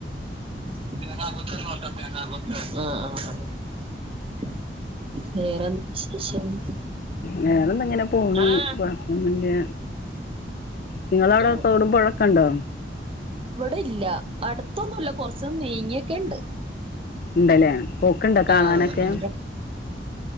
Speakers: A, on the right; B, on the left.
A: ഉ ഉ ഉ വേറെന്ത് വിശേഷം
B: വേറെന്തിങ്ങനെ പോണു
A: ആഹ്
B: കുഴപ്പമൊന്നുല്ല നിങ്ങളവിടെ
A: ആഹ്
B: തോടും പുഴയൊക്കെ ഉണ്ടൊ
A: ഇവിടെ ഇല്ല അടുത്തൊന്നുല്ല കുറച്ച് നീങ്ങിയൊക്കെണ്ട്.
B: ഉണ്ടല്ലേ പോക്ക്ണ്ടോ കാണാനൊക്കെ.
A: ആഹ് ഞങ്ങടെ